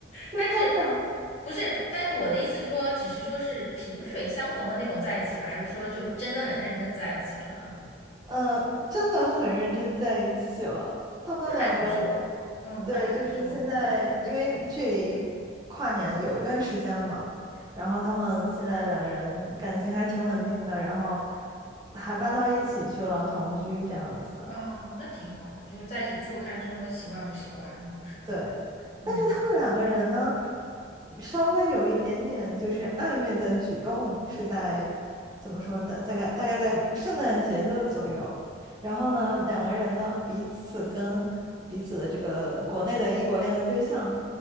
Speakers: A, on the right (about 20°); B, on the left (about 35°).
A: 就他们俩。
B: 但是不是？但是我的意思是说，只是说是萍水相逢的那种在一起了，还是说就真的很认真在一起了呢？
A: 嗯，真的很认真在一起了。他们两个，
B: 那还不错，嗯，
A: 对，
B: 那还不错，
A: 就是现在，因为距离跨年有一段时间了嘛，然后他们现在两个人感情还挺稳定的，然后还搬到一起去了，同居这样子。
B: 啊，那挺好的，就是在一起住，看生活习惯不习惯，然后什么的，
A: 对，
B: 嗯
A: 但是他们两个人呢，稍微有一点点就是暧昧的举动是在怎么说的？大概大概在圣诞节的左右。然后呢，两个人呢彼此跟彼此的这个国内的异国恋的对象